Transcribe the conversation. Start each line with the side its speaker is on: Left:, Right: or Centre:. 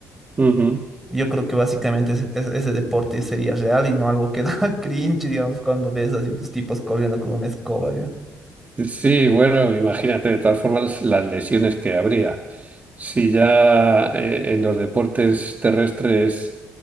Right: Ujú.
Centre: Y Yo creo que básicamente ese, ese- ese deporte sería real y no algo que <laughs> da cringe, digamos, cuando ves así los tipos corriendo con una escoba, ¿ya?
Right: Sí, bueno, imagínate, de todas formas, las lesiones que habría. Si ya eh, en los deportes terrestres